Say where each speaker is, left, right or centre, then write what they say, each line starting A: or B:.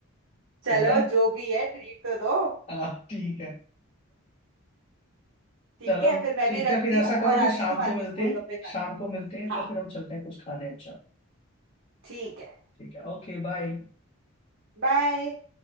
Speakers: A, on the right; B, on the left.
A: चलो
B: ठीक है
A: जो भी है ट्रीट तो दो
B: हाँ ठीक है
A: ठीक
B: चलो
A: है फिर मैं
B: ठीक
A: भी रखती
B: है फिर ऐसा
A: हूँ और
B: करो
A: आती
B: फिर शाम
A: हूँ तुम्हारे
B: को
A: पास
B: मिलते
A: गोलगप्पे
B: हैं
A: खाने
B: शाम को मिलते हैं
A: हाँ
B: तो फिर हम चलते हैं कुछ खाने अच्छा
A: ठीक है
B: ठीक है ओके बाय
A: बाय